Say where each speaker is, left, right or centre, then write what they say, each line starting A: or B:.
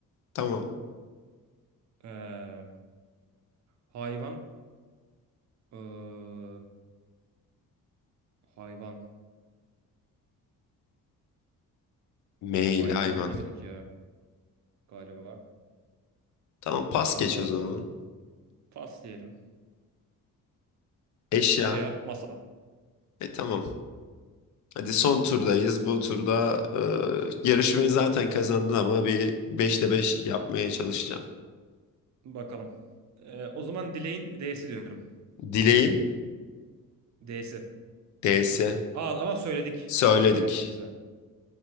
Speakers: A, on the left; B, on the right.
A: Tamam.
B: Ee, hayvan. Ee, hayvan.
A: M ile
B: Hayvanı
A: hayvan.
B: bilemedik ya galiba.
A: Tamam pas
B: Ee,
A: geç o zaman.
B: pas diyelim.
A: Eşya.
B: Eşya, masa.
A: E tamam. Hadi son turdayız. Bu turda e, yarışmayı zaten kazandın ama bir beşte 5 yapmaya çalışacağım.
B: Bakalım. Ee, o zaman dileğin D'si diyorum.
A: Dileğin
B: D'si.
A: D'si.
B: Aa, ama söyledik.
A: Söyledik.
B: Söyledik bir saniye.